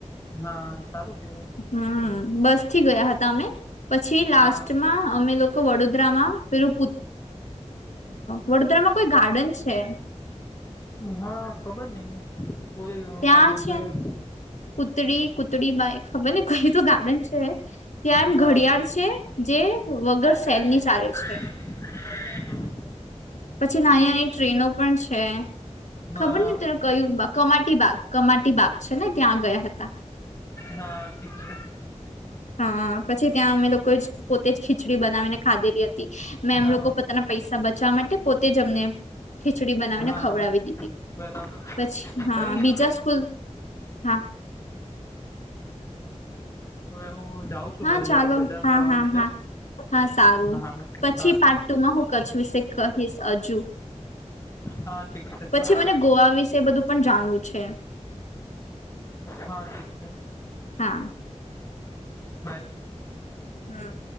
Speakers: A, on the left; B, on the left.
A: હા સારું. કેવાય
B: હમ બસ થી 'ગયા હતા અમે પછી લાસ્ટમાં
A: હા
B: અમે લોકો વડોદરામાં પેલું! વડોદરામાં કોઈ ગાર્ડન છે. <inaudible>
A: હા ખબર નઈ બો ગ
B: ત્યાં
A: નામ મન
B: છે
A: તો યાદ.
B: કૂતડી કૂતડીમાંય ખબર ને કઈ તો ગાર્ડન છે. ત્યાં એમ
A: હા
B: ઘડિયાળ
A: હા
B: છે. જે વગર
A: <unintelligible>
B: સેલની ચાલે છે પછી નાની નાની ટ્રેનો પણ છે
A: હા
B: ખબર ને તને કયું બા કમાટી બાગ કમાટી બાગ છે ને ત્યાં ગયા હતા
A: હા તે છે.
B: હા પછી ત્યાં અમે લોકો જ પોતે જ ખીચડી બનાવીને ખાધેલી હતી. મેમ
A: હા
B: લોકો પોતાના પૈસા બચવા માટે પોતે જ અમને ખીચડી બનાવીને
A: હા
B: ખવડાવી દીધી
A: બરાબર
B: પછી હા
A: કઈ નઈ
B: બીજા
A: હવે
B: સ્કૂલ હા.
A: હવે હું જાઉં છું
B: હા
A: મારે
B: ચાલો
A: જરાક બજાર
B: હા
A: જવાનું
B: હા હા
A: છે
B: હા સારું
A: હા સાત
B: પછી પાર્ટ ટુમાં હું કચ્છ વિશે કહીશ અજુ
A: હા ઠીક છે
B: પછી
A: સર
B: મને ગોવા વિશે બધું પણ જાણવું છે
A: હા ઠીક છે.
B: હા.
A: બાઈ
B: હમ્મ.